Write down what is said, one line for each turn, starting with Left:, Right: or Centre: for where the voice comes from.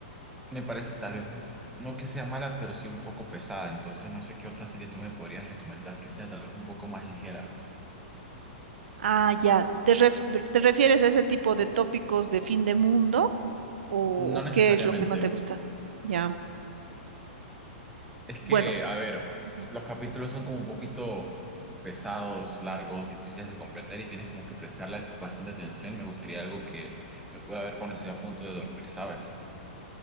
Centre: Me parece tal vez, un- no que sea mala, pero sí un poco pesada. Entonces no sé qué otra serie tú me podrías recomendar que sea tal vez un poco más ligera.
Right: Ah, ya. ¿Te ref- te refieres a ese tipo de tópicos de fin de mundo o,
Centre: No
Right: o
Centre: necesariamente.
Right: qué es lo que más te ha gustado? Ya.
Centre: Es
Right: Bueno.
Centre: que, a ver,
Right: ujú.
Centre: los capítulos son como un poquito pesados, largos, difíciles de comprender y tienes como que prestarle bastante atención y me gustaría algo que me pueda ver cuando estoy a punto de dormir, ¿sabes?